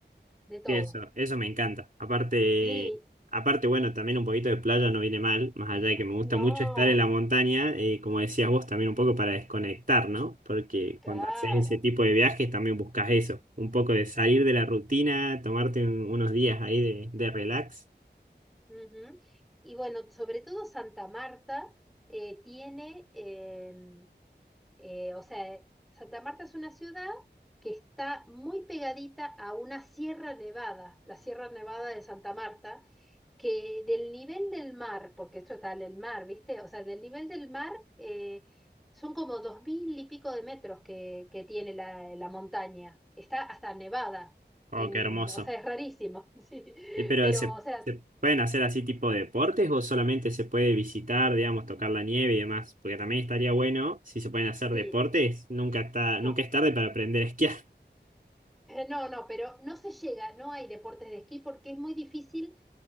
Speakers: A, in the centre; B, on the right.
A: de todo.
B: Eso, eso me encanta. Aparte,
A: Sí,
B: aparte, bueno, también un poquito de playa no viene mal, más allá de que me gusta
A: no,
B: mucho estar en la montaña, eh, como decías vos, también un poco para desconectar, ¿no? Porque
A: claro.
B: cuando haces ese tipo de viajes también buscas eso, un poco de salir de la rutina, tomarte un- unos días ahí de, de relax.
A: Ujú. Y bueno, sobre todo Santa Marta eh, tiene, em, eh, o sea, Santa Marta es una ciudad que está muy pegadita a una sierra nevada, la Sierra Nevada de Santa Marta. que del nivel del mar, porque esto está en el mar, ¿viste? O sea, del nivel del mar eh, son como dos mil y pico de metros que, que tiene la, la montaña. Está hasta nevada.
B: Oh,
A: En,
B: qué hermoso.
A: o sea, es rarísimo, <laughs> sí.
B: Eh, pero
A: Pero,
B: ¿se,
A: o sea,
B: se pueden hacer así tipo de deportes o solamente se puede visitar, digamos, tocar la nieve y demás? Porque también estaría bueno, si se pueden hacer
A: sí,
B: deportes, nunca está,
A: no.
B: nunca es tarde
A: <laughs>
B: para aprender a esquiar.
A: No, no, pero no se llega, no hay deportes de esquí porque es muy difícil